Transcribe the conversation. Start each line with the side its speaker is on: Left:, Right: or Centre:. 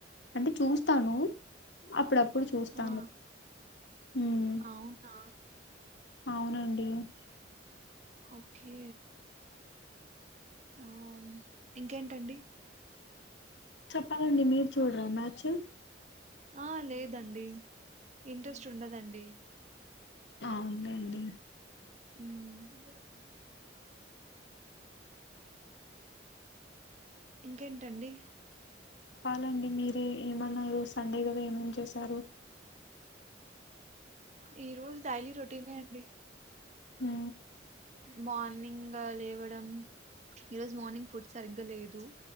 Left: అంటే చూస్తాను అప్పుడప్పుడు చూస్తాను
Right: ఆ
Left: మ్
Right: అవునా
Left: అవునండి మ్
Right: ఓకే అ ఇంకేంటండి
Left: చెప్పాలండి మీరు చూడరా మ్యాచ్
Right: ఆ లేదండి ఇంట్రెస్ట్ ఉండదండి
Left: అవుందండి
Right: మ్ ఇంకేంటండి
Left: <unintelligible> మీర ఏమన్న రో సండే కదా ఏమమి చేశారు
Right: ఈ రోజు డైలీ రొటీనే అండి
Left: ఆ
Right: మార్నింగ్ లేవడం, ఈరోజు మార్నింగ్ ఫుడ్ సరిగ్గా లేదు,